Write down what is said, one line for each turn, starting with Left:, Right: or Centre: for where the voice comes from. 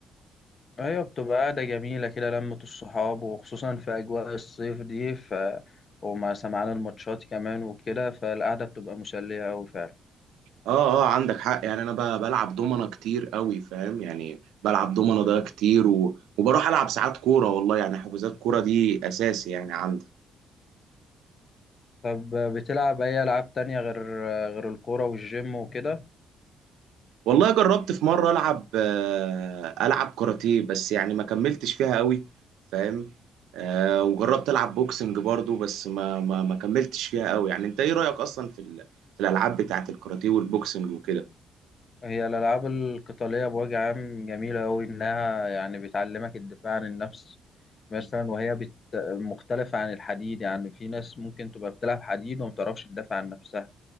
Left: أيوة بتبقى قعدة جميلة كده لمة الصحاب وخصوصا في أجواء الصيف دي ف ومع سمعان الماتشات كمان وكده فالقعدة بتبقى مسلية أوي فعلا
Right: اه اه عندك حق يعني انا ب- بلعب دومنه كتير قوي فاهم يعني بلعب دومنه ده كتير و... وبروح العب ساعات كوره والله يعني حجوزات كوره دي اساسي يعني عندي
Left: طب بتلعب أي ألعاب تانية غير غير الكورة والجيم وكده؟
Right: والله جربت في مرة ألعب آه، ألعب كاراتيه بس يعني ما كملتش فيها قوي فاهم آه، وجربت ألعب بوكسنج برضو بس ما ما ما كملتش فيها قوي يعني أنت إيه رأيك أصلا في ال- في الألعاب بتاعة الكاراتيه والبوكسنج وكده
Left: هي الألعاب القتالية بوجه عام جميلة أوي إنها يعني بتعلمك الدفاع عن النفس مثلا وهي بت... مختلفة عن الحديد يعني في ناس ممكن تبقى بتلعب حديد وما بتعرفش تدافع عن نفسها